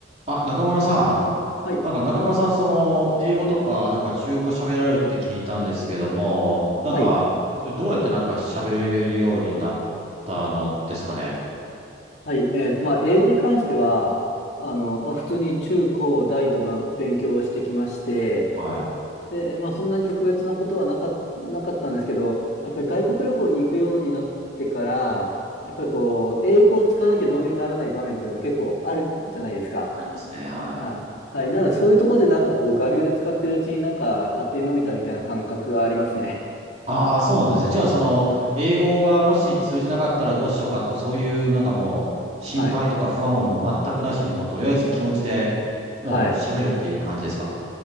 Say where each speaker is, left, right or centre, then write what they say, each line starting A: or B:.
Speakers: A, on the right; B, on the left.
A: あ、中村さん。
B: はい。
A: なんか中村さん、その、英語とか、なんか中国語喋られるって聞いたんですけども、
B: はい。
A: なんか、それどうやってなんか喋れるようになったのですかね。
B: はい。えっと、まあ、英語に関しては、あの、まあ、普通に中高大と、まあ、勉強してきまして、
A: はい。
B: で、えーまあ、そんなに特別なことはなか、なかったんですけど、やっぱり外国旅行に行くようになってから、やっぱりこう、英語を使わなきゃどうにもならない場面っていうのが結構あるじゃないですか。
A: ありますね。はい。
B: あ、はい。なので、そういうところでなんかこう、我流で使ってるうちになんか勝手に伸びたみたいな感覚がありますね。
A: ああ、そうなんですね。じゃあ、その、英語がもし通じなかったらどうしようかとか、そういう、なんかもう、心配とか不安をもう全くなしに、
B: <laughs> はい。
A: もうとりあえず気持ちでもう喋るっていう感じですか。
B: はい。